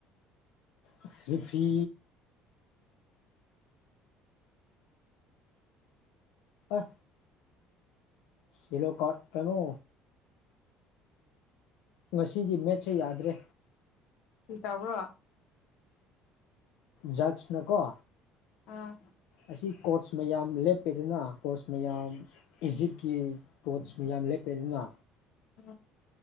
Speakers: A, on the left (about 85°); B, on the left (about 70°).
A: ꯑꯁ ꯔꯦꯐꯤ ꯑꯥ ꯌꯦꯂꯣ ꯀꯥꯔꯠ ꯀꯩꯅꯣ ꯉꯁꯤꯒꯤ ꯃꯦꯠꯁꯁꯦ ꯌꯥꯗ꯭ꯔꯦ
B: ꯀ꯭ꯔꯤ ꯇꯥꯕ꯭ꯔꯣ
A: ꯖꯠꯁ ꯅꯀꯣ
B: ꯑꯥ
A: ꯑꯁꯤ ꯀꯣꯆ ꯃꯌꯥꯝ ꯂꯦꯞꯄꯦꯗꯅ ꯀꯣꯆ ꯃꯌꯥꯝ ꯏꯖꯤꯞꯀꯤ ꯀꯣꯆ ꯃꯌꯥꯝ ꯂꯦꯞꯄꯦꯗꯅ
B: ꯎꯝ